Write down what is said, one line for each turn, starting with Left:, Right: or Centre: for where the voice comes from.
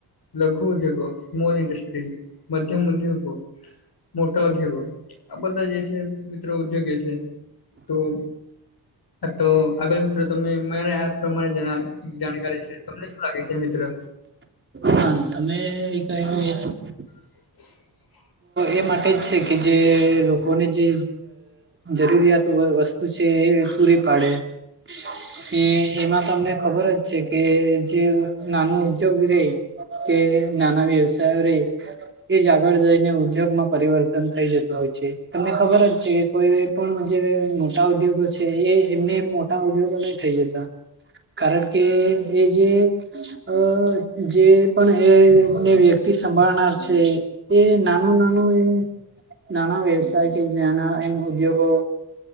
Left: લઘુ ઉદ્યોગો સ્મોલ ન્ડસ્ટ્રી મધ્યમ ઉદ્યોગો- - મોટા ઉદ્યોગો આ બધા જે છે મિત્રો ઉદ્યોગ છે તો- - તો આગળ મિત્રો તમે મારા આ પ્રમાણે જાણકારી છે. તમને શું લાગે છે મિત્ર?
Right: હા તમે કહો એક- -
Left: <inaudible>
Right: એ માટે જ છે કે જે લોકોને જે જરૂરિયાત વસ્તુ- - પછી એ પૂરી પાડે- - એ એમાં તમને ખબર જ છે કે જે નાનું ઉદ્યોગ રે- - કે નાના વ્યવસાય રહી એ જ આગળ- - ઉદ્યોગ માં પરિવર્તન થઈ જતું હોય છે તમને ખબર જ છે. કોઈ પણ જે મોટા ઉદ્યોગો છે એ એમને એમ મોટા ઉદ્યોગો નહી થઈ જતા. કારણ કે એ જે- - અ જે પણ એને વ્યક્- - સંભાળનાર છે એ નાનું નાનું એમ નાના વ્યવસાય- - કે જના એન ઉદ્યોગો- -